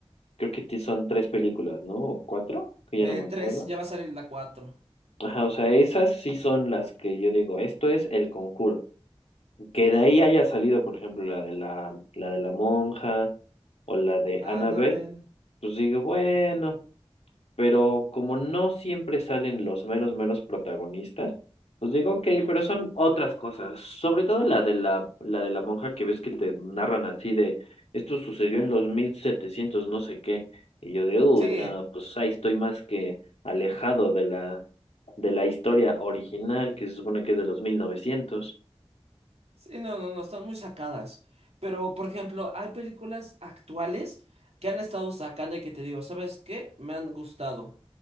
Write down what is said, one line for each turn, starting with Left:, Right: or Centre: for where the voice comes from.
Left: creo que ti- son tres películas, ¿no? ¿O cuatro? Que
Right: Eh,
Left: ya no me acuerdo.
Right: tres, ya va a salir la cuatro.
Left: Ajá, o sea, esas sí son las que yo digo, esto es el conjuro. Que de ahí haya salido, por ejemplo, la de la, la de la monja o la de Annabelle,
Right: Anabel.
Left: pues digo, bueno, pero como no siempre salen los meros, meros protagonistas, pues digo, ok, pero son otras cosas. Sobre todo la de la, la de la monja que ves que te narran así de, esto sucedió en los 1700 no sé qué, y yo de, uy,
Right: Sí.
Left: no, pues ahí estoy más que alejado de la de la historia original, que se supone que es de los mil novecientos
Right: Sí, no, no, no, están muy sacadas. Pero, por ejemplo, hay películas actuales que han estado sacando y que te digo, ¿sabes qué? Me han gustado.